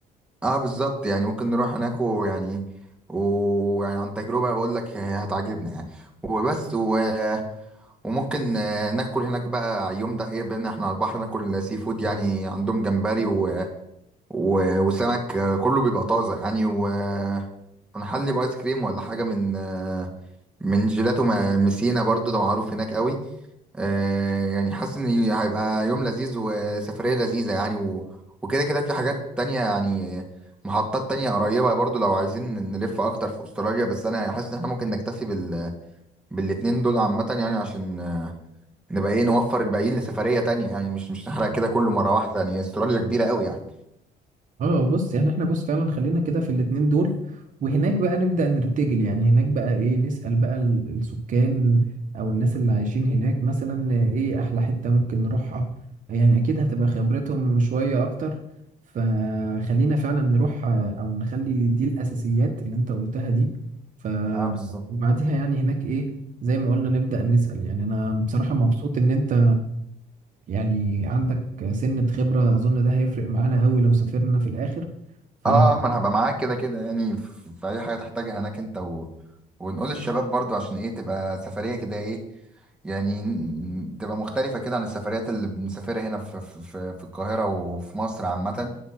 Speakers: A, in the centre; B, on the right.
A: اه بالظبط يعني ممكن نروح هناك ويعني ويعني عن تجربة بقول لك هتعجبنا يعني وبس و... وممكن آه، ناكل هناك بقى يوم ده ايه بان احنا على البحر ناكل سي فود يعني عندهم جمبري و... و... وسمك آه، كله بيبقى طازة يعني و... ونحلي بايس كريم ولا حاجة من آه، من جيلاتو م- مسينا برضو ده معروف هناك قوي آه، يعني حاسس ان هيبقى يوم لذيذ وسفرية لذيذة يعني و... وكده كده في حاجات تانية يعني محطات تانية قريبة برضو لو عايزين نلف اكتر في استراليا بس انا حاسس ان احنا ممكن نكتفي بال... بالاتنين دول عامة يعني عشان نبقى ايه نوفر الباقيين لسفرية تانية يعني مش مش نحرق كده كله مرة واحدة يعني استراليا كبيرة قوي يعني
B: اه بص يعني احنا بص فعلا خلينا كده في الاتنين دول وهناك بقى نبدأ نرتجل يعني هناك بقى ايه نسأل بقى ال- السكان او الناس اللي عايشين هناك مثلا ايه احلى حتة ممكن نروحها يعني اكيد هتبقى خبرتهم شوية اكتر فخلينا فعلا نروح آه، او نخلي دي الاساسيات اللي انت قلتها دي ف
A: اه بالظبط
B: وبعديها يعني هناك ايه زي ما قلنا نبدأ نسأل يعني انا بصراحة مبسوط ان انت يعني عندك سنة خبرة أظن ده هيفرق معانا قوي لو سافرنا في الآخر فخلاص
A: اه ما انا هبقى معاك كده كده يعني في في اي حاجة تحتاجها هناك انت و... ونقول للشباب برضو عشان ايه تبقى سفرية كده ايه يعني ن- تبقى مختلفة كده عن السفريات اللي بنسافرها هنا في في في في القاهرة وفي مصر عامة